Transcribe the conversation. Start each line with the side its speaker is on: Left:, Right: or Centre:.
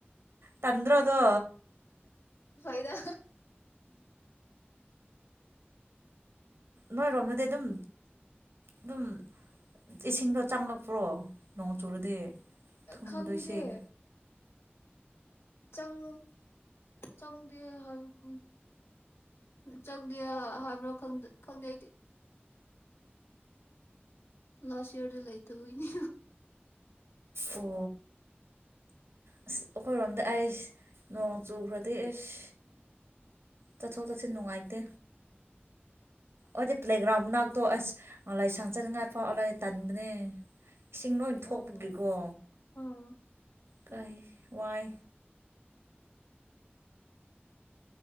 Right: ꯇꯟ꯭ꯔꯣꯗꯣ
Left: ꯐꯩꯗ
Right: ꯅꯣꯏꯔꯣꯝꯗꯗꯤ ꯑꯗꯨꯝ ꯑꯗꯨꯝ ꯏꯁꯤꯡꯗꯣ ꯆꯪꯂꯛꯄ꯭ꯔꯣ ꯅꯣꯡ ꯆꯨꯔꯗꯤ ꯊꯨꯝꯕꯗꯣ
Left: ꯈꯪꯗꯦ
Right: ꯏꯁꯤꯡ
Left: ꯆꯪ ꯆꯪꯗꯤ ꯍꯥꯏꯕꯒꯨꯝ꯫ ꯆꯪꯗꯦ ꯍꯥꯏꯕ꯭ꯔꯣ꯫ ꯈꯪꯗꯦ-ꯈꯪꯗꯦ ꯑꯩꯗꯤ꯫ ꯂꯥꯁ ꯏꯌꯔꯗ ꯂꯩꯇꯕꯩꯅꯤ꯫
Right: ꯑꯣ ꯑꯁ ꯑꯩꯈꯣꯏꯔꯣꯝꯗ ꯑꯩꯁ ꯅꯣꯡ ꯆꯨꯈ꯭ꯔꯗꯤ ꯑꯦꯁ ꯆꯠꯊꯣꯛ ꯇꯠꯁꯤꯟ ꯅꯨꯡꯉꯥꯏꯇꯦ꯫ ꯑꯩꯈꯣꯏꯒꯤ ꯄ꯭ꯂꯦꯒ꯭ꯔꯥꯎꯟ ꯃꯅꯥꯛꯇꯣ ꯑꯁ ꯂꯥꯏꯁꯪ ꯆꯅꯤꯡꯉꯥꯏ ꯐꯥꯎ ꯐꯧꯂꯦ ꯇꯟꯕꯅꯦ ꯏꯁꯤꯡ ꯂꯣꯏ ꯊꯣꯛꯄꯒꯤꯀꯣ
Left: ꯑꯣ ꯑꯣ
Right: ꯀꯩ ꯋꯥꯏ꯫